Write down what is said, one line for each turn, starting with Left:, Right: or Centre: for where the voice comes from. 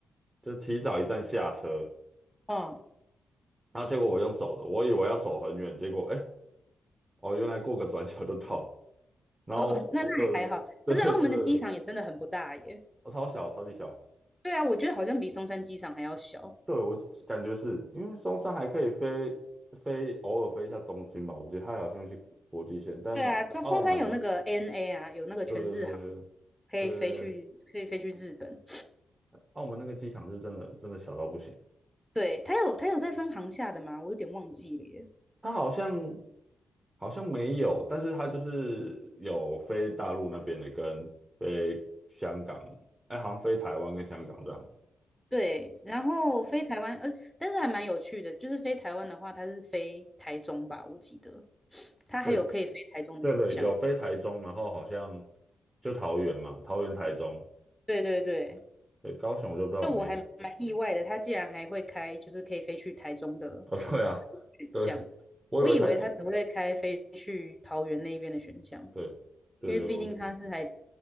Right: 就提早一站下车，
Centre: 嗯。
Right: 然后结果我用走的，我以为要走很远，结果哎、哦原来过个转角就到了。然后我对
Centre: 哦哦，那那还好。
Right: <laughs> 对对对对，
Centre: 可是澳门的机场也真的很不大耶。
Right: 对超小超级小，
Centre: 对啊，我觉得好像比松山机场还要小。
Right: 对我感觉是因为松山还可以飞飞，偶尔飞一下东京吧，我觉得它好像是国际线，但澳门
Centre: 对啊，松松山有那个 ANA 啊，有那个全日航，
Right: 对对对
Centre: 可以飞去，
Right: 对对，
Centre: 可以飞去日本。
Right: 澳门那个机场是真的真的小到不行，
Centre: 对，它有它有在分航下的吗？我有点忘记了耶。
Right: 它好像好像没有，但是它就是有飞大陆那边的跟飞香港，哎，好像飞台湾跟香港这样。
Centre: 对，然后飞台湾，呃，但是还蛮有趣的，就是飞台湾的话，它是飞台中吧，我记得，它还有可以飞台中的选项。
Right: 对对对，有飞台中，然后好像就桃园嘛，桃园、台中，
Centre: 对对对，
Right: 对，高雄我就不知道有没有。
Centre: 就我还蛮意外的，他竟然还会开，就是可以飞去台中的
Right: 哦，<laughs> 对啊，
Centre: 选项。
Right: 对，我以为台，
Centre: 我以为他只会开飞去桃园那边的选项，
Right: 对对，
Centre: 因为毕竟他是还，